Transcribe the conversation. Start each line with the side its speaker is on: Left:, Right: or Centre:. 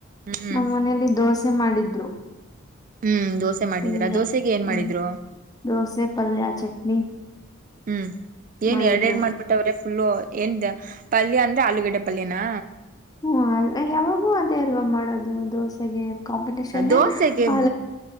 Right: ಹ್ಮ್
Left: ನಮ್ಮ ಮನೇಲಿ ದೋಸೆ ಮಾಡಿದ್ರು
Right: ಹ್ಮ್ ದೋಸೆ ಮಾಡಿದೀರಾ
Left: ತಿಂದೆ
Right: ದೋಸೆಗೆ ಏನ್ ಮಾಡಿದ್ರು
Left: ಹ್ಮ್ ದೋಸೆ ಪಲ್ಯ ಚಟ್ನಿ
Right: ಹ್ಮ್ ಏನ್
Left: ಮಾಡಿದ್ರು
Right: ಎರಡು ಎರಡ್ ಮಾಡ್ಬಿಟ್ಟವ್ರೆ ಹಲೋ ಎಂತ ಪಲ್ಯ ಅಂದ್ರೆ ಆಲೂಗಡ್ಡೆ ಪಲ್ಯನಾ
Left: ಹ್ಮ ಅಲ್ಲ ಯಾವಾಗೂ ಅದೇ ಅಲ್ವಾ ಮಾಡೋದು ದೋಸೆ ಕಾಂಪಿಟಷನ್
Right: ದೋಸೆಗೆ
Left: ಅ